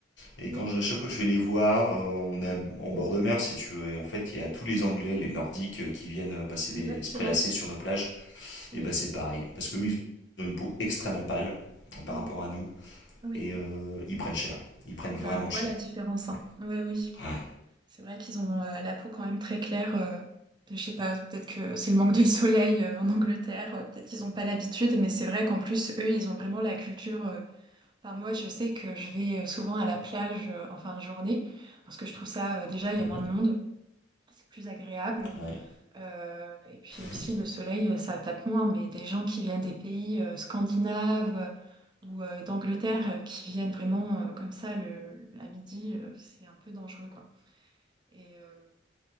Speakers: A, on the left; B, on the right.
A: Et
B: Oui,
A: quand je, à chaque fois que je vais les voir, euh, on est à- en bord de mer, si tu veux. Et en fait, il y a tous les Anglais, les Nordiques euh, qui viennent passer
B: exactement.
A: des, se prélasser sur nos plages.
B: Oui,
A: Et ben, c'est pareil. Parce que eux, ils ont une peau extrêmement pâle euh, par
B: oui,
A: rapport à nous.
B: oui.
A: Et euh, ils prennent cher. Ils prennent vraiment
B: Bah, on voit
A: cher.
B: la différence, hein.
A: Ouais.
B: Oui, oui.
A: Ouais.
B: C'est vrai qu'ils ont euh, la peau quand même très claire. euh, je sais pas, peut-être que c'est le manque de soleil euh, en Angleterre. euh, peut-être qu'ils n'ont pas l'habitude, mais c'est vrai qu'en plus, eux, ils ont vraiment la culture. euh, Enfin, moi, je sais que je vais euh, souvent à la plage euh, en fin de journée, parce que je trouve ça, euh, déjà, il
A: Mhm.
B: y a moins de monde. C'est plus agréable.
A: Ouais.
B: Euh, et puis aussi,
A: Mhm.
B: le soleil, euh, ça tape moins, mais des gens qui viennent des pays euh, scandinaves euh, ou euh, d'Angleterre euh, qui viennent vraiment euh, comme ça le, à midi, euh, c'est un peu dangereux, quoi. Et, euh,